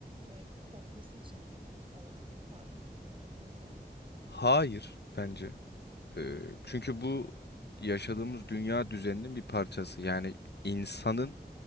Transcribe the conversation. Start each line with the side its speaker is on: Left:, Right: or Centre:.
Right: ee, korkması için olan bir ifade gibi mi geliyor sana?
Left: hayır bence. Ee, çünkü bu yaşadığımız dünya düzeninin bir parçası. Yani insanın